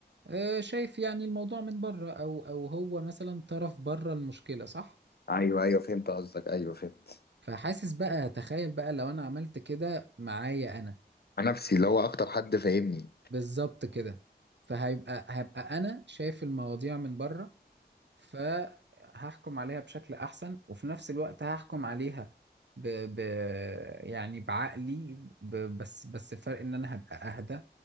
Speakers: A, on the right; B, on the left.
A: آه، شايف يعني الموضوع من بره او او هو مثلا طرف بره المشكله صح
B: ايوه ايوه فهمت قصدك ايوه فهمت
A: فحاسس بقى تخيل بقى لو انا عملت كده معايا انا
B: مع نفسي اللي هو اكتر حد فاهمني
A: بالظبط كده فهيبقى هبقى انا شايف المواضيع من بره فهحكم عليها بشكل احسن وفي نفس الوقت هحكم عليها ب... ب... يعني بعقلي ب... بس بس الفرق ان انا هبقى اهدى